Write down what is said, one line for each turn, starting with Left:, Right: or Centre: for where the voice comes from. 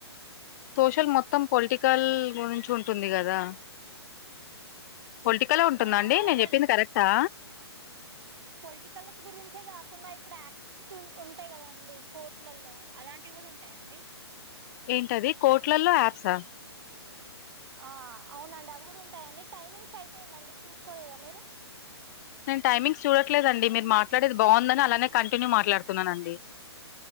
Left: సోషల్ మొత్తం పొలిటికల్ గురించి ఉంటుంది కదా పొలిటికలే ఉంటుందండి
Right: ఆ, అవునండి
Left: నేను చెప్పింది కరెక్టా
Right: పొలిటికల్స్ గురించే కాకుండా ఇప్పుడు యాక్ట్స్ ఉంటాయి కదాండి కోర్టులలో అలాంటివి కూడా ఉంటాయండి
Left: ఏంటది కోట్లల్లో యాప్సా
Right: ఓకే అండి టాపిక్ ఇస్ ఓవర్ ఆ అవునండి అవి కూడా ఉంటాయండి టైమింగ్స్ అయిపోయిందండి చూసుకోలేదా మీరు
Left: టైమింగ్స్ చూడట్లేదండి మీరు మాట్లాడేది బాగుందని అలాగే కంటిన్యూ మాట్లాడుతున్నానండి